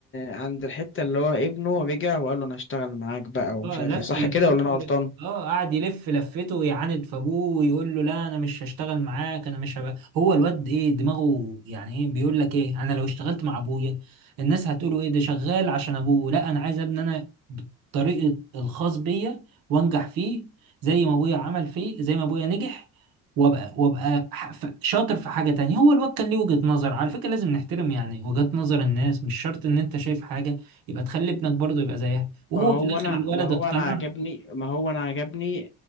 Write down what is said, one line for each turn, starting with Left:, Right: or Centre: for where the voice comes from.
Left: عند الحتة اللي هو ابنه رجع وقال له أنا هشتغل معاك بقى ومش
Right: اه
Left: عارف
Right: لف
Left: ايه صح
Right: لفته
Left: كده ولا أنا غلطان؟
Right: ور- اه قعد يلف لفته ويعاند في ابوه ويقول له لا انا مش هشتغل معاك انا مش هبقى هو الواد ايه دماغه يعني ايه بيقول لك ايه انا لو اشتغلت مع ابويا الناس هتقولوا ايه ده شغال عشان ابوه لا انا عايز ابني انا بالطريقه الخاص بيا وانجح فيه زي ما ابويا عمل فيه زي ما ابويا نجح وابقى وابقى ح- ف- شاطر في حاجه تانية هو الواد كان ليه وجهه نظر على فكره لازم نحترم يعني وجهات نظر الناس مش شرط ان انت شايف حاجه يبقى تخلي ابنك برضه يبقى زيها وهو
Left: ما هو
Right: في الاخر
Left: أنا
Right: الولد
Left: ما هو
Right: اقتنع
Left: أنا عجبني ما هو أنا عجبني